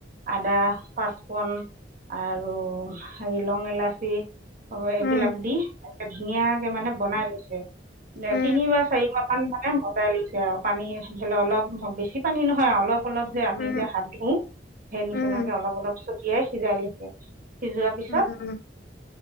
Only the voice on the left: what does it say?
উম
উম
উম
উম
উম